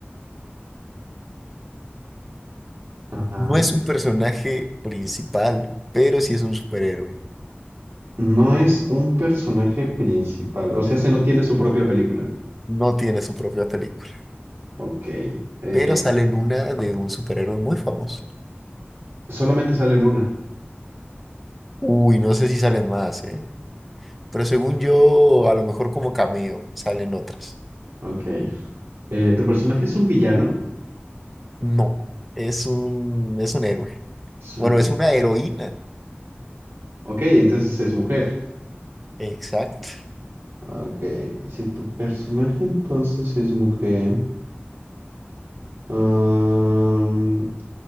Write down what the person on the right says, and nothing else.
Ajá.
No es un personaje principal, o sea, se no tiene su propia película.
Ok. Eh,
solamente sale en una.
Ok. Eh, ¿tu personaje es un villano?
Es un...
eh,
Ok, entonces es mujer.
Ok. Si tu personaje entonces es mujer, am,